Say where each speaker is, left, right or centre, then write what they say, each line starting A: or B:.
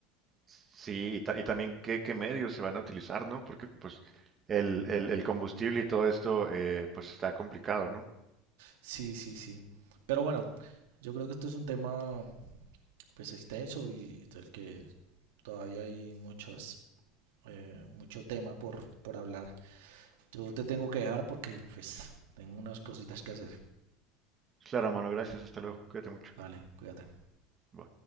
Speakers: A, on the right (about 20°); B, on the right (about 85°).
A: Sí, y, ta- y también qué, qué medios se van a utilizar, ¿no? Porque pues el, el, el combustible y todo esto eh, pues está complicado, ¿no?
B: Sí, sí, sí. Pero bueno, yo creo que esto es un tema pues extenso y del que todavía hay muchas eh, mucho tema por, por hablar. Yo te tengo que dejar porque pues tengo unas cositas que hacer.
A: Claro, mano, gracias, hasta luego, cuídate mucho.
B: Vale, cuídate.
A: Bye.